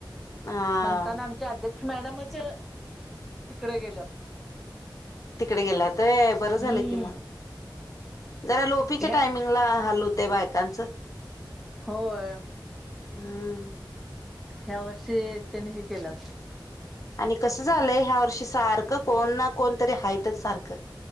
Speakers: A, on the left; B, in the centre.
A: हा
B: म्हणताना आम अध्यक्ष मॅडमच तिकडे गेल्यात.
A: तिकडे गेल्यात व्हय, बरं झालं
B: हम्म
A: कि मग जरा लोपीच्या
B: ह्या
A: टायमिंगला हाल होते बायकांचं,
B: होय.
A: हम.
B: ह्या वर्षी त्यानी हे केलं
A: आणि कसं झालंय ह्या वर्षी सारखं कोण ना कोण तरी हयितच सारखं,